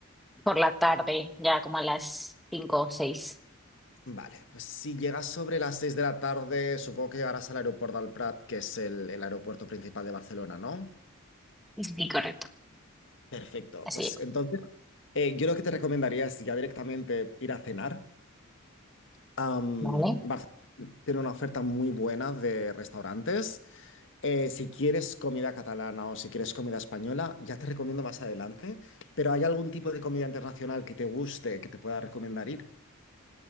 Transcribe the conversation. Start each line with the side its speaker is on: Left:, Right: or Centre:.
Centre: Por la tarde, ya como a las 5 o seis.
Left: Vale, pues si llegas sobre las 6 de la tarde, supongo que llegarás al aeropuerto del Prat, que es el, el aeropuerto principal de Barcelona, ¿no?
Centre: Sí, correcto.
Left: Perfecto.
Centre: Así
Left: Pues entonces, eh, yo lo que te recomendaría es ya directamente ir a cenar. Am,
Centre: llego.
Left: Barcelona tiene una oferta muy buena de restaurantes. Eh, si quieres comida catalana o si quieres comida española, ya te recomiendo más adelante. Pero ¿hay algún tipo de comida internacional que te guste, que te pueda recomendar ir?